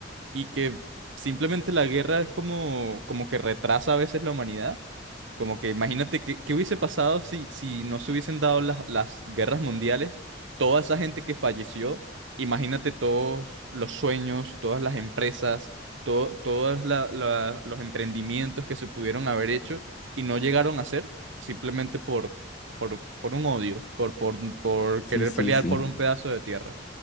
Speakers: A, on the right (about 80°); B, on the left (about 40°).
A: y que simplemente la guerra es como, como que retrasa a veces la humanidad. Como que imagínate qué, qué hubiese pasado si, si no se hubiesen dado las, las guerras mundiales, toda esa gente que falleció, imagínate todos los sueños, todas las empresas, todo, todos la- la- los emprendimientos que se pudieron haber hecho y no llegaron a hacer simplemente por, por, por un odio, por, por, por
B: Sí,
A: querer
B: sí,
A: pelear
B: sí.
A: por un pedazo de tierra.